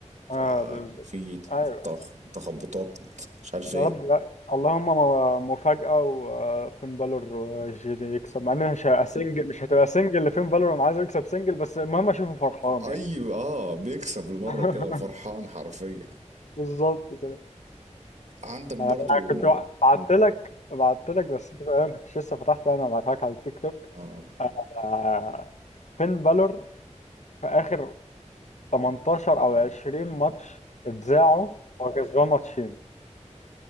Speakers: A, on the right; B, on the left.
A: ففي
B: اه بالظبط ايوه
A: تخ- تخبطات مش عارف
B: يا
A: ايه
B: رب لا. اللهم م- مفاجأة وفين بالور وجي دي يكسب مع انها مش هتبقى سنجل مش هتبقى سنجل لفين بالور انا عايزه يكسب سنجل بس المهم اشوفه فرحان
A: اي
B: يعني
A: اه بيكسب لمرة
B: <laughs>
A: كده وفرحان حرفيا
B: بالظبط كده
A: عندك برضو
B: انا كنت بعت لك بعت لك بس انت تقريباً ما كنتش لسه فتحت يعني انا بعتها لك على التيك توك
A: آه،
B: آه، فين بالور في اخر 18 او 20 ماتش اتذاعوا هو كسبان ماتشين